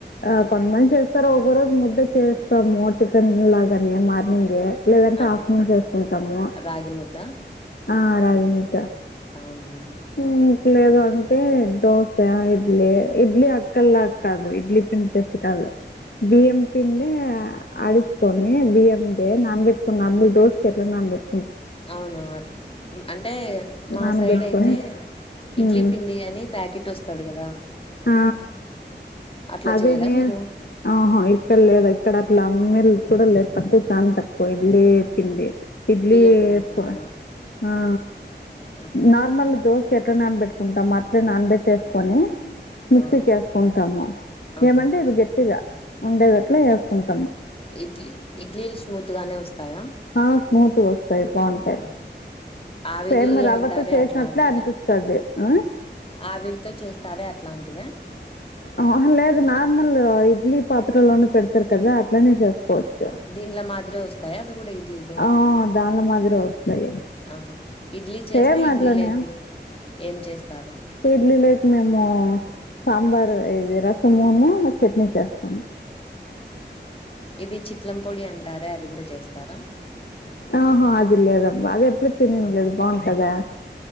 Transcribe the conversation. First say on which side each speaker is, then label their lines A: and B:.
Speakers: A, on the left; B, on the left.
A: ఆ కొంతమంది చేస్తారు, ఒక రోజు ముద్ద చేస్తాము టిఫిన్ లాగానే మార్నింగె లేదంటే
B: ఆహా!
A: హాఫ్టర్ నూన్ చేసుకుంటాము
B: రాగి ముద్ద?
A: ఆ రాగి ముద్ద
B: అవునా?
A: ఉమ్ లేదు అంటే దోశ ఇడ్లీ ఇడ్లీ అక్కడ్ల కాదు ఇడ్లీ పిండి తెచ్చి కాదు బియ్యం పిండే అడించుకొని బియ్యం దే నాన్ పెట్టుకొని దోసకి ఎట్లా నాన్ పెట్
B: అవును అట్ అంటే మా
A: నానబెట్టుకొని
B: సైడ్ అయితే ఇడ్లీ
A: ఉమ్
B: పిండి అని ప్యాకెట్ వస్తది కదా
A: ఆ
B: అట్లా
A: అదే
B: చేయరా
A: నేను
B: మీరు
A: అహా ఇక్కడ లేదు ఇక్కడ అట్ల అమ్మెలే కూడ లేదు తక్కువ చాన తక్కువ ఇడ్లీ పిండి ఇడ్లీ
B: బియ్య పిండితోనా
A: ఎక్కువ ఆ
B: ఆహా
A: నార్మల్ దోశకు ఎట్ల నానబెట్టుకుంటాం అట్లా నానబెట్టేసుకొని మిక్సీకి
B: ఆ
A: ఏసుకుంటాము
B: ఆహా
A: ఏమంటే ఇది గట్టిగా ఉండే టట్లు ఏసుకుంటా
B: ఇడ్లీ ఇడ్లీలు స్మూత్ గానే వస్తాయా
A: ఆ స్మూత్ గా వస్తాయి బాగుంటాయి
B: ఆహా ఆవిరి
A: సేమ్ రవ్వతో
B: అంటారే
A: చేసినట్లే
B: అట్లాంటివే
A: అనిపిస్తది ఆ
B: ఆవిరితో చేస్తారే అట్లాంటిదా
A: ఆ అహ్ లేదు నార్మల్ ఇడ్లీ పాత్రలో నె పెడుతారు కదా అట్లనే చే సుకోవచ్చు
B: దీంట్ల మాదిరే వస్తాయా అవి కూడా ఇడ్లీలు
A: ఆ దాని మాదిరె వస్తాయి
B: అహా ఇడ్లీ చేస్తే
A: సేమ్
B: ఇడ్లీ
A: అట్లనే
B: లేకి ఏం చేస్తారు
A: ఇడ్లీలోకి మేము సాంబార్ ఇది రసమూను చెట్నీ చేస్తాము
B: ఇది చిట్లం పొడి అంటారే అది కూడ చేస్తారా
A: ఆహ అది లేదబ్బ అది ఎప్పుడు తినింది
B: ఆహా
A: లేదు బాగుంటదా